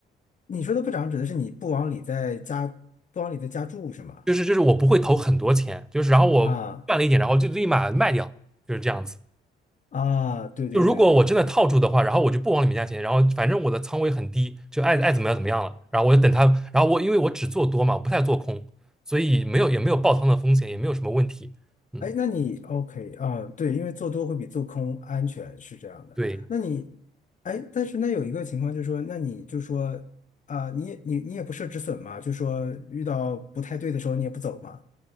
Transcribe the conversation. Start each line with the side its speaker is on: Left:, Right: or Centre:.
Left: 你说的不涨指的是你不往里再加不往里再加注是吗？
Centre: 就是就是我不会投很多钱，就是然后我赚了一点，
Left: 啊。
Centre: 然后就立马卖掉，就是这样子。
Left: 啊，对对对，
Centre: 就如果我真的套住的话，然后我就不往里面加钱，然后反正我的仓位很低，就爱爱怎么样怎么样了。然后我就等它，然后我因为我只做多嘛，我不太做空，所以没有也没有爆仓的风险，也没有什么问题。嗯，
Left: 哎，那你 OK 啊？对，因为做多会比做空安全，是这样的。
Centre: 对，
Left: 那你，哎，但是那有一个情况就是说，那你就说啊，你也你你也不设止损嘛，就说遇到不太对的时候你也不走嘛。